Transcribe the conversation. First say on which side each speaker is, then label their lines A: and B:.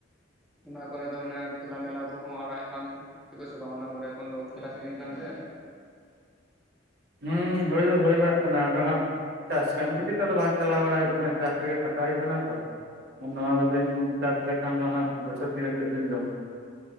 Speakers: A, in the centre; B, on the right (about 60°).
A: ᱚᱱᱟ ᱠᱚᱨᱮ ᱫᱚ ᱢᱟᱱᱮ ᱠᱷᱮᱞᱟ ᱢᱮᱞᱟ ᱠᱚᱦᱚᱸ ᱟᱲᱟᱣᱮᱜ ᱠᱟᱱ ᱛᱮ ᱠᱚ ᱥᱮ ᱵᱟ ᱚᱱᱟ ᱠᱚᱨᱮ ᱮᱠᱷᱚᱱ ᱫᱚ ᱠᱷᱮᱞᱟ ᱥᱤᱡᱤᱱ ᱠᱟᱱ ᱛᱮ?
B: ᱦᱩᱸ ᱦᱳᱭ ᱫᱚ ᱦᱳᱭ ᱵᱟᱲᱟᱜ ᱠᱟᱱᱟ, ᱟᱫᱚ ᱦᱟᱸᱜ ᱪᱟᱥ ᱠᱟᱹᱢᱤ ᱠᱷᱟᱹᱛᱤᱨ ᱛᱮᱫᱚ ᱵᱟᱝ ᱪᱟᱞᱟᱣ ᱵᱟᱲᱟᱭ ᱦᱩᱭᱩᱜ ᱠᱟᱱᱟ ᱪᱟᱥ ᱨᱮᱜᱮ ᱠᱷᱟᱴᱟᱜ ᱦᱩᱭᱩᱜ ᱠᱟᱱᱟ ᱛᱚ, ᱱᱚᱣᱟ ᱵᱤᱱ ᱪᱟᱥ ᱞᱮᱠᱷᱟᱱ ᱫᱚ ᱦᱟᱸᱜ ᱵᱚᱪᱷᱚᱨ ᱫᱤᱱ ᱨᱮ ᱪᱮᱜ ᱵᱤᱱ ᱡᱚᱢᱟ?